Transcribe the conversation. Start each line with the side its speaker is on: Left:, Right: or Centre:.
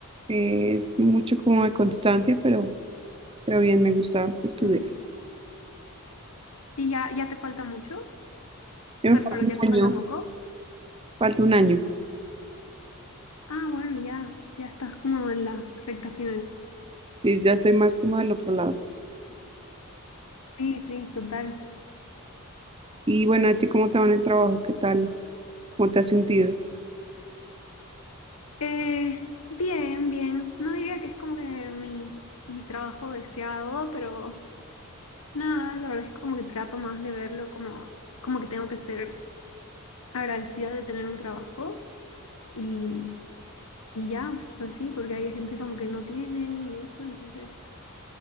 Right: Eh, es mucho como de constancia, pero, pero bien, me gusta estudiar.
Left: Ujú. ¿Y ya, ya te falta mucho?
Right: Me
Left: O sea,
Right: falta
Left: pero ya
Right: un
Left: te
Right: año,
Left: falta poco.
Right: falta un año.
Left: Ah, bueno, ya, ya estás como en la recta final.
Right: Y ya estoy más como del otro lado.
Left: Sí, sí, total.
Right: Y bueno, ¿a ti cómo te va en el trabajo? ¿Qué tal? ¿Cómo te has sentido?
Left: Eh, bien, bien. No diría que es como que mi, mi trabajo deseado, pero Nada, la verdad es como que trato más de verlo como, como que tengo que ser agradecida de tener un trabajo y, y ya, o sea, sí, porque hay gente como que no tiene y eso, entonces